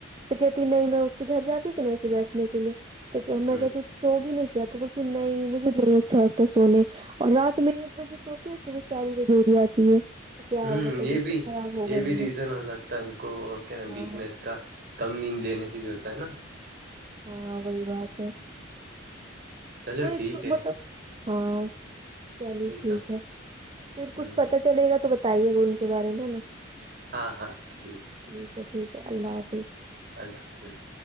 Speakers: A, on the right; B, on the right.
A: تو کہتی نہیں میں اس کے گھر جاتی تھی ایسے بیٹھنے کے لیے تو میں
B: ہ
A: کہتی سوگی نے کیا تو بولتی نہیں مجھے نہیں اچھا لگتا سونے اور رات میں ایک بجے سوتی ہے صبح چار ہی بجے اٹھ جاتی ہے کیا
B: ہوں
A: ہوگا طبیعت
B: یہ بھی
A: تو خراب ہوگا
B: یہ
A: ہی
B: بھی
A: نا
B: ریزن ہو سکتا ہے ان کو وہ کیا ن
A: ہاں
B: ویکنیس کا <unintelligible> کم نیند لینے سے بھی ہوتا ہے نا <unintelligible>
A: ہاں وہی بات ہے
B: چلو
A: توئی
B: ٹھیک
A: تو
B: ہے
A: مطلب <unintelligible> ہاں چلیے
B: وہی
A: ٹھیک
B: تو
A: ہے پھر
B: ہ
A: کچھ پتا چلے گا تو بتائیے گا ان کے بارے میں نا <unintelligible>
B: ہاں ہاں ٹھیک <inaudible>
A: ٹھیک ہے ٹھیک ہے اللہ حافظ <inaudible>
B: اللہ حافظ <inaudible>